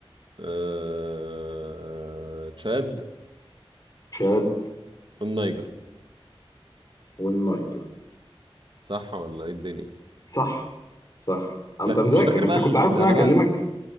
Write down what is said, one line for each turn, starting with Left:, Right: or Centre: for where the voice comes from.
Right: آه... تشاد
Left: تشاد
Right: النيجر
Left: والنيجر
Right: صح ولا ايه الدنيا
Left: صح صح انت
Right: وت-
Left: مذاكر
Right: مش فاكر
Left: انت
Right: بقى ال...
Left: كنت عارف ان
Right: انا
Left: انا هكلمك
Right: بقى